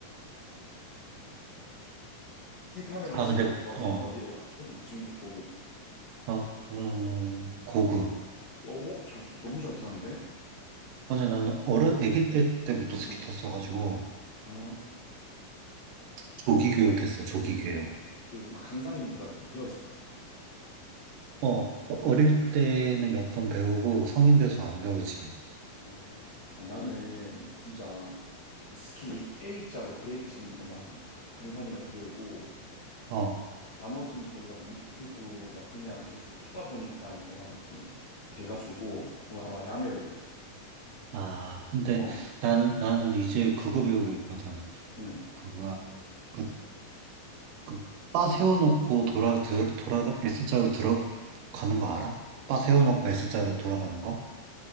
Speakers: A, on the left (about 60°); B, on the right (about 75°).
A: 스키 타면 혹시
B: 아 근데
A: 어디,
B: 어
A: 어디로 가? 초급, 중급, 고급.
B: 나는 고구.
A: 오, 잘, 너무 잘 타는데?
B: 아니 나는 어른 아기 때 때부터 스키
A: 응.
B: 탔어가지고
A: 아,
B: 조기 교육했어 조기 교육.
A: 그, 막 강사님들한테 배웠
B: 어 어릴 때는
A: 어
B: 몇 번 배우고 성인 돼서 안 배우지.
A: 아, 아니, 나는 진짜 그 스키 A자로 브레이크 잡는 것만 강사님한테 배우고,
B: 어.
A: 나머지는 거기다 뭐 유튜브 막 그냥 계속 타다 보니까 이게 막 이렇게 돼가지고, 거의 아마 야매로.
B: 아 근데
A: 어,
B: 나는 나는 이제 그거 배우고 있거든.
A: 응.
B: 그거야. 그 그, 바 세워놓고 돌아, 들, 돌아, S자로 들어가는 거 알아? 바 세워놓고 S자로 돌아가는 거?